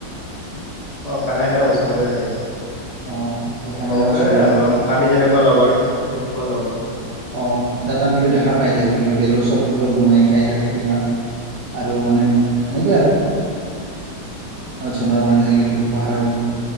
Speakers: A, on the left; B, on the right.
A: অ, কানাই দা ওচৰতে থাকে।
B: অ ত
A: মানে
B: কানাইৰ
A: লগৰে
B: ওচৰত ল'ল-
A: আৰু আ-আমি যেনেকুৱা লগৰ সিও এনেকুৱা লগৰ।
B: অ, তা-তাৰ ভিতৰত দেখা পাই থাকো। কিবা বেলৰ চৰবত তৰবত বনাই খাই থাকে কিবা।
A: উম
B: আৰু মানে সনেকুৱাই আৰু, আৰু ঝৰ্ণাৰ পানী থাকিলে ভিদিঅ পাহাৰৰ